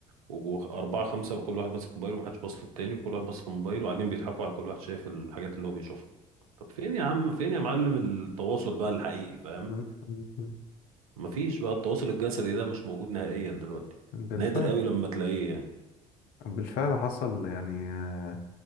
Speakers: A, on the right; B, on the left.
A: واربعه خمسه وكل واحد ماسك موبايله ومحدش باص للتاني كل واحد باص في موبايله وقاعدين بيضحكوا على كل واحد شايف الحاجات اللي هو بيشوفها طب فين يا عم فين يا معلم التواصل بقى الحقيقي فاهم
B: م- م- م.
A: مفيش بقى التواصل الجسدي ده مش موجود نهائيا دلوقتي
B: بالفعل
A: نادر قوي لما تلاقيه يعني
B: بالفعل حصل يعني آه،